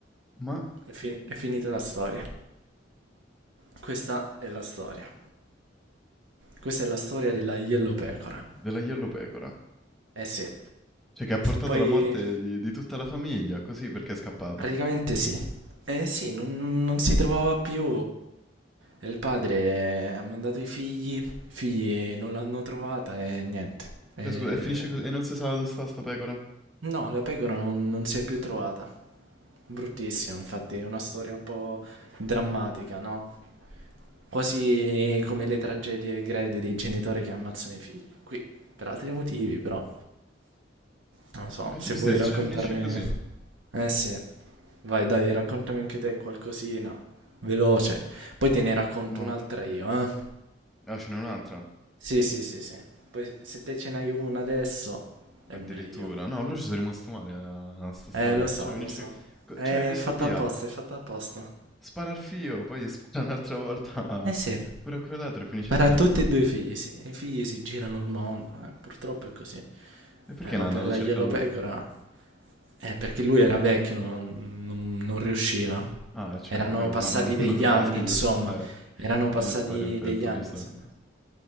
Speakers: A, in the centre; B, on the right (about 85°).
A: Ma
B: È, fi- è finita la storia. Questa è la storia. Questa è la storia della Yellow Pecora.
A: della yellow pecora.
B: Eh sì.
A: Cioè che ha portato
B: Poi,
A: alla morte di di tutta la famiglia, così perché è scappata.
B: praticamente sì. Eh sì, non, non si trovava più. E il padre ha mandato i figli. I figli non l'hanno trovata e niente. Eh,
A: Cioè, scusa, e finisce così, e non si sa dove sta sta pecora.
B: No, la pecora non, non si è più trovata. Bruttissima, infatti, è una storia un po' drammatica, no? Quasi come le tragedie greche dei genitori che ammazzano i figli. Qui, per altri motivi, però, non so,
A: Ma Che
B: se
A: tristezza,
B: vuoi raccontarmi...
A: cioè finisce così.
B: Eh sì, vai dai, raccontami anche te qualcosina, veloce. Poi te ne racconto
A: Ma
B: un'altra io, eh?
A: ah, ce n'è un'altra,
B: Sì, sì, sì, sì. Poi se te ce n'hai una adesso, è
A: addirittura.
B: meglio.
A: No, però ci sono rimasto male a, a sta storia.
B: Eh, lo so,
A: Cioè finisce...
B: lo so.
A: co-
B: È
A: Cioè questo
B: fatta
A: Pia
B: apposta, è fatta apposta.
A: Spara al fio, poi gli <laughs> spara un'altra volta a-
B: Eh sì,
A: pure a quell'altro e finisce
B: per
A: così.
B: tutti
A: E
B: e due i figli, sì. I figli si girano il mondo, eh, purtroppo è così.
A: perché
B: Eh, ma
A: Nanna
B: per
A: la
B: la
A: cerca
B: Yellow
A: lui?
B: Pecora, eh, perché lui era vecchio, non, non- non riusciva.
A: Ah, eh, certo,
B: Erano
A: quindi
B: passati
A: non, l'ha- non
B: degli
A: l'hanno trovata,
B: anni, insomma.
A: gli spara.
B: Erano passati
A: Gli spara in petto,
B: degli anni,
A: giusto?
B: insomma.